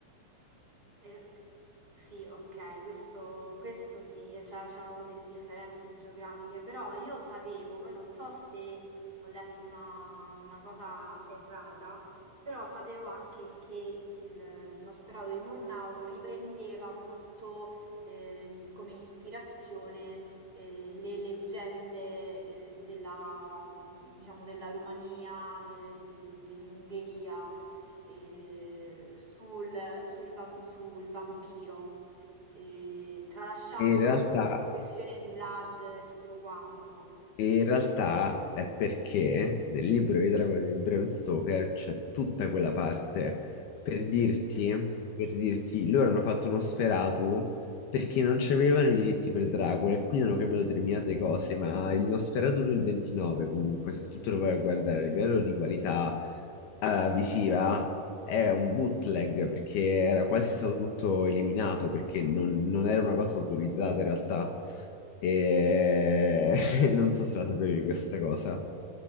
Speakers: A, on the right; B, on the left.
A: Eh, sì, ok, questo, questo sì, e cioè c'erano delle differenze geografiche, però io sapevo, poi non so se ho letto una, una cosa errata, però sapevo anche che il Nosferatu di Murnau riprendeva molto eh, come ispirazione eh, le leggende eh, della, diciamo, della Romania, de- del- dell'Ungheria eh, sul, sul vam- sul vampiro, eh, tralasciando
B: E in realtà
A: la questione di Vlad e tutto quanto.
B: In realtà è perché nel libro di Dracula di Bram Stoker c'è tutta quella parte per dirti,
A: Mm.
B: per dirti, loro hanno fatto uno Nosferatu perché non c'avevano i diritti per Dracula e quindi hanno cambiato determinate cose, ma il Nosferatu del 29 comunque, se tu te lo vai a guardare a livello di qualità eh, visiva, è un bootleg perché era quasi stato tutto eliminato perché non non era una cosa autorizzata in realtà. E... <laughs> <laughs> Non so se la sapevi questa cosa.